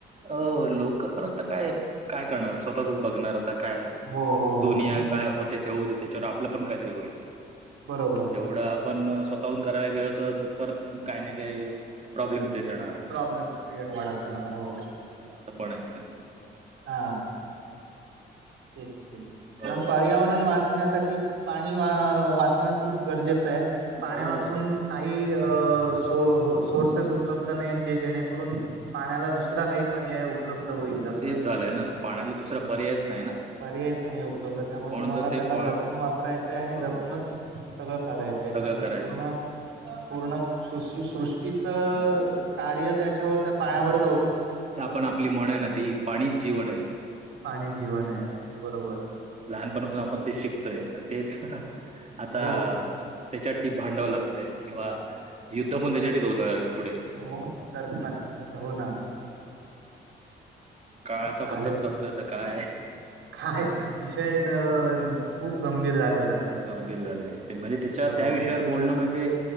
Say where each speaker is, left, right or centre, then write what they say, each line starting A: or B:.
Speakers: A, on the right; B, on the right.
A: अ लोक पण आता काय काय करणार स्वतःचच बघणार आ काय
B: हो हो
A: दुनिया
B: हो हो
A: काय होते त्याच्यावर आपलं पण काहीतरी होईल
B: बरोबर आहे.
A: जेवढं आपण करायला गेलो तर परत काही नाही काय प्रॉब्लेम् देत येणार
B: प्रॉब्लेम्स क्रिएट वाढत होता हो
A: असं पण आहे ना
B: हा तेच तेच
A: हो
B: पण पर्यावरण वाचण्यासाठी पाणी वा वाचणं खूप गरजेचं आहे पाण्या
A: हो.
B: वाचून काही अ सोर्सेस उपलब्ध नाही जे जेणेकरून पाण्याला दुसरा काही पर्याय उपलब्ध होईल जसं
A: तेच झालंय ना पाण्याला दुसरा पर्यायच नाही ना
B: परधय स्नेहू <unintelligible> वलं त्यामुळे
A: म्हणून
B: तुम्हाला
A: तर ते
B: त्याला
A: प
B: जपून वापरायचंय आणि
A: अ
B: जपूनच सगळं करायचंय
A: सगळं
B: कारण
A: करायचं.
B: पूर्ण पूर्ण सृष्टीच कार्य त्याच्यावर त्या पाण्यावर
A: आपण आपली म्हण ना ती पाणीच जीवन आहे
B: पाणी जीवन आहे बरोबर
A: लहानपणापासून मग ते शिकतोय तेच आता
B: हो
A: त्याच्यासाठी भांडावं लागतंय किंवा युद्ध पण त्याच्यासाठीच होत आहेत. पुढे.
B: हो तर्क न हो ना
A: काळ आता
B: चालेल
A: बदलत चालतोयता काय.
B: काय विषय खूप गंभीर झाले आता हे
A: गंभीर झालेले म्हणजे त्याच्या
B: हो
A: त्या विषयावर बोलणं म्हणजे